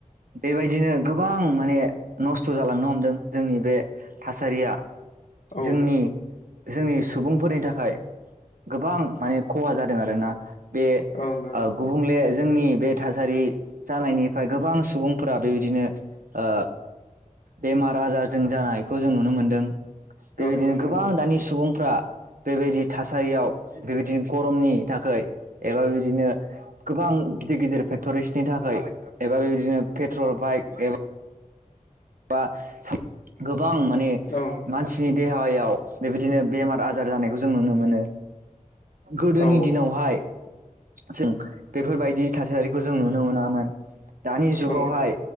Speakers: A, on the right (about 85°); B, on the left (about 65°).
A: बेबायदिनो गोबां माने नस्थ' जालांनो हमदों जोंनि बे थासारिया
B: ओं
A: जोंनि जोंनि सुबुंफोरनि थाखाय गोबां माने खहा जादों आरोना बे
B: ओं ओं
A: आ गुबुंले जोंनि बे थासारि जानायनिफ्राय गोबां सुबुंफोरा बेबायदिनो ओ बेमार आजार जों जानायखौ जों नुनो मोनदों बेबायदिनो
B: ओं
A: गोबां
B: नंगौ
A: दानि सुबुंफ्रा बेबायदि थासारियाव बेबायदिनो गरमनि थाखाय एबा बेबायदिनो गोबां गिदिर गिदिर फेक्ट'रिसनि थाखाय एबा बेबायदिनो पेट्रल बाइक एबा गोब गोबां माने
B: ओं
A: मानसिनि देहायाव बेबायदिनो बेमार आजार जानायखौ जों नुनो मोनो गोदोनि
B: औ
A: दिनावहाय जों बेफोरबायदि थासारिखौ जों नुनो मोनामोन दानि जुगावहाय
B: औ ओं